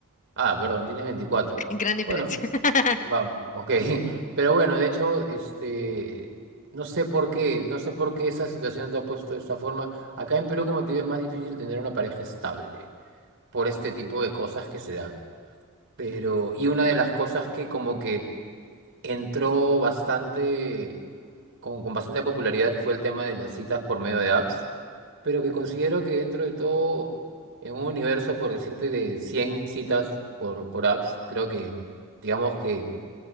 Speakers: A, on the right (about 60°); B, on the left (about 35°).
A: Ah, perdón, tienes veinticuatro
B: <laughs> Gran diferencia.
A: Bueno,
B: <laughs>
A: wow, ok. <laughs> Pero bueno, de hecho, este, no sé por qué, no sé por qué esa situación te ha puesto de esta forma. Acá en Perú, como te digo, es más difícil tener una pareja estable por este tipo de cosas que se dan. Pero, y una de las cosas que como que entró bastante con, con bastante popularidad fue el tema de las citas por medio de apps, pero que considero que dentro de todo, en un universo, por decirte, de 100 citas por, por apps, creo que, digamos que